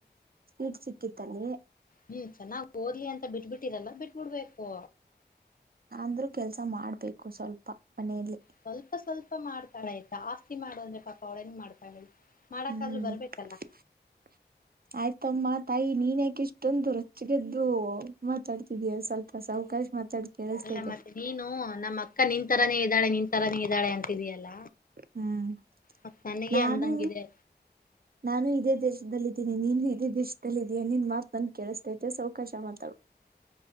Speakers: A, on the right; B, on the left.
A: ಸೀಟ್ ಸಿಕ್ಕಿತ್ತಲ್ಲಿ
B: ಹ್ಮ್ ಚೆನ್ನ್ ಓದ್ಲಿ ಅಂತ ಬಿಟ್ಬ ಬಿಟ್ಟಿರಲ್ಲ ಬಿಟ್ಬ ಬಿಡ್ಬೇಕು
A: ಅಂದ್ರು ಕೆಲ್ಸ ಮಾಡ್ಬೇಕು ಸ್ವಲ್ಪ ಮನೆಯಲ್ಲಿ
B: ಸ್ವಲ್ಪ ಸ್ವಲ್ಪ ಮಾಡ್ತಾಳ ಆಯ್ತ ಜಸ್ತಿ ಮಾಡು ಅಂದ್ರೆ ಪಾಪ ಅವಳ ಹೆಂಗ ಮಾಡ್ತಾಳ ಮಾಡಕಾದೃ
A: ಹ್ಮ್
B: ಬರ್ಬೇಕಲ್ಲ
A: <inaudible> ಆಯ್ತಮ್ಮ ತಾಯಿ ನೀನ್ ಯಾಕೆ ಇಷ್ಟೊಂದು ರೊಚ್ಚಿಗೆದ್ದು ಮಾತಾಡ್ತಿದೀಯ ಸ್ವಲ್ಪ ಸ ಅವಕಾಶ ಮಾತಾಡ್ ಕೇಳಿಸ್ತೈತೆ
B: ಅಲ್ಲ ಮತ್ತೆ ನೀನು ನಮ್ಮ ಅಕ್ಕ ನಿನ್ ತರಾನೇ ಇದ್ದಾಳೆ ನಿನ್ ತರಾನೇ ಇದ್ದಾಳೆ ಅಂತಿದಯಲ್ಲ
A: ಹ್ಮ್
B: ಮತ್ತ ನನಗೆ
A: ನಾನು
B: ಅಂದಂಗಿದೆ
A: ನಾನು ಇದೇ ದೇಶದಲ್ಲಿದ್ದೀನಿ ನೀನು ಇದೇ ದೇಶದದಲ್ಲಿ ಇದೀಯಾ ನಿನ್ ಮಾತ್ ನನ್ ಕೇಳಿಸತೈತೆ ಸೌಕಾಶ ಮಾತಡೂ